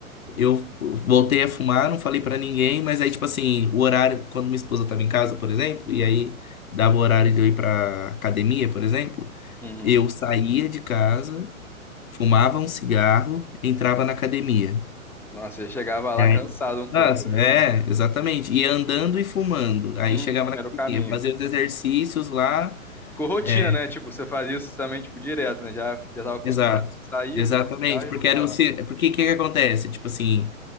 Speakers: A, on the left (about 75°); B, in the centre.
A: eu voltei a fumar, não falei pra ninguém, mas aí, tipo assim, o horário, quando minha esposa tava em casa, por exemplo, e aí dava o horário de eu ir pra academia, por exemplo,
B: Uhum.
A: eu saía de casa, fumava um cigarro, entrava na academia.
B: Nossa, eu chegava
A: E
B: lá
A: aí,
B: cansado um pouco,
A: nossa,
B: né?
A: é, exatamente. Ia andando e fumando. Aí
B: Uhum,
A: chegava na
B: era
A: academia,
B: o caminho.
A: fazia os exercícios lá.
B: Ficou rotina,
A: é,
B: né? Tipo, você fazia isso também, tipo, direto, né? Já, já tava acostumado
A: Exato.
B: a sair,
A: Exatamente,
B: vou pro nosso carro e
A: porque
B: vou pra
A: era
B: lá.
A: o se- porque o que que acontece? Tipo assim,